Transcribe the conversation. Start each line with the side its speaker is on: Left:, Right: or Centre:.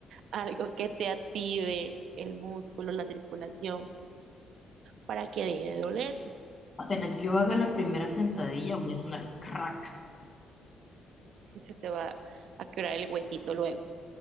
Right: algo que te active el músculo, la circulación, para que deje de doler.
Left: Apenas yo haga la primera sentadilla voy a sonar crack.
Right: <laughs> se te va a quebrar el huesito luego.